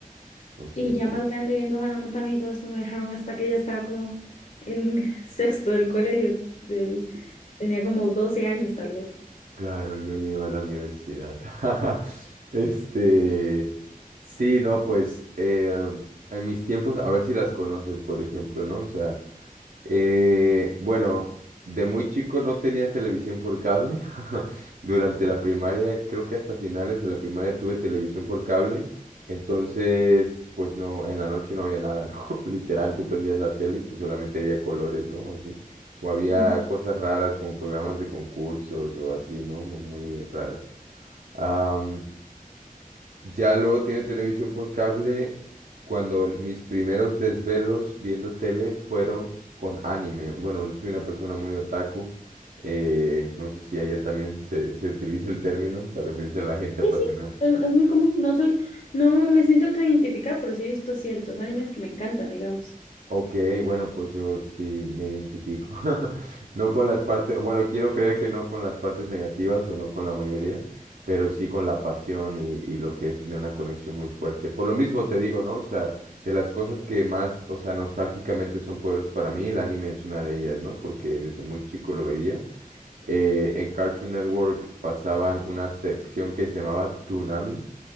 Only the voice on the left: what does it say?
Y ya más grande viendo Hannah Montana y todo esto me dejaron hasta que ya estaba como en <laughs> sexto del colegio, del,
tenía como 12 años tal vez.
Ujú.
Sí,
sí, es, es muy común. No soy, no me siento tan identificada, pero sí he visto ciertos animes que me encantan, digamos.